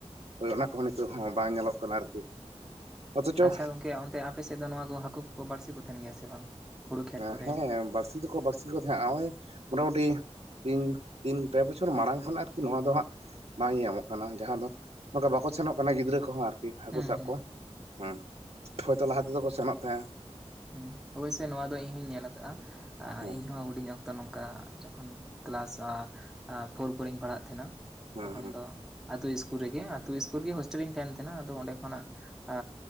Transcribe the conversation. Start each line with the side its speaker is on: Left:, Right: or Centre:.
Right: ᱦᱳᱭ ᱚᱱᱟ ᱠᱚᱦᱚᱸ ᱱᱤᱛᱚᱜ ᱦᱚᱸ ᱵᱟᱝ ᱧᱮᱞᱚᱜ ᱠᱟᱱᱟ ᱟᱨᱠᱤ᱾ ᱚᱛᱷᱚᱪᱚ
Centre: ᱟᱪᱪᱷᱟ ᱜᱚᱝᱠᱮ ᱚᱱᱛᱮ ᱟᱯᱮ ᱥᱮᱫ ᱫᱚ ᱱᱚᱣᱟ ᱠᱚ ᱦᱟᱹᱠᱩ ᱠᱚᱠᱚ ᱵᱟᱹᱲᱥᱤ ᱠᱩ ᱛᱟᱦᱮᱱ ᱜᱮᱭᱟ ᱥᱮ ᱵᱟᱝ? ᱦᱩᱲᱩ ᱠᱷᱮᱛ
Right: ᱮ
Centre: ᱠᱚᱨᱮ
Right: ᱦᱮᱸ ᱵᱟᱹᱲᱥᱤ ᱫᱚᱠᱚ ᱵᱟᱹᱲᱥᱤ ᱠᱚ ᱛᱟᱦᱮᱸᱱᱟ ᱦᱚᱸᱜᱼᱚᱭ ᱢᱚᱴᱟᱢᱩᱴᱤ ᱤᱧ ᱤᱧ ᱯᱮ ᱵᱚᱪᱷᱚᱨ ᱢᱟᱲᱟᱝ ᱠᱷᱚᱱ ᱟᱨᱠᱤ ᱱᱚᱣᱟ ᱫᱚ ᱦᱟᱸᱜ ᱵᱟᱝ ᱧᱟᱢᱚᱜ ᱠᱟᱱᱟ ᱡᱟᱦᱟᱸ ᱫᱚ ᱱᱚᱝᱠᱟ ᱵᱟᱠᱚ ᱥᱮᱱᱚᱜ ᱠᱟᱱᱟ ᱜᱤᱫᱽᱨᱟᱹ ᱠᱚᱦᱚᱸ ᱟᱨ ᱦᱟᱹᱠᱩ
Centre: ᱦᱩᱸ
Right: ᱥᱟᱵ
Centre: ᱦᱩᱸ
Right: ᱠᱚ ᱦᱩᱸ ᱦᱚᱭ ᱛᱚ ᱞᱟᱦᱟ ᱛᱮᱫᱚ ᱠᱚ ᱥᱮᱱᱚᱜ ᱛᱟᱦᱮᱸᱫ᱾
Centre: ᱦᱩᱸ ᱦᱳᱭ ᱥᱮ ᱱᱚᱣᱟ ᱫᱚ ᱤᱧ ᱦᱚᱸᱧ ᱧᱮᱞ ᱠᱟᱜᱼᱟ ᱟ
Right: ᱦᱩᱸ
Centre: ᱤᱧ ᱦᱚᱸ ᱦᱩᱰᱤᱧ ᱚᱠ ᱛᱚ ᱱᱚᱝᱠᱟ ᱡᱚᱠᱷᱚᱱ ᱠᱮᱞᱟᱥ ᱟᱸ ᱟᱸ ᱯᱷᱳᱨ ᱠᱚᱨᱮᱧ ᱯᱟᱲᱦᱟᱜ ᱛᱟᱦᱮᱱᱟ᱾
Right: ᱦᱩᱸ
Centre: ᱛᱚᱠᱷᱚᱱ
Right: ᱦᱩᱸ
Centre: ᱫᱚ ᱟᱛᱳ ᱤᱥᱠᱩᱞ ᱨᱮᱜᱮ ᱟᱛᱳ ᱤᱥᱠᱩᱞ ᱨᱮᱜᱮ ᱦᱳᱥᱴᱮᱞ ᱨᱮᱧ ᱛᱟᱦᱮᱱ ᱛᱟᱦᱮᱸᱱᱟ ᱟᱫᱚ ᱚᱸᱰᱮ ᱠᱷᱚᱱᱟᱜ ᱟ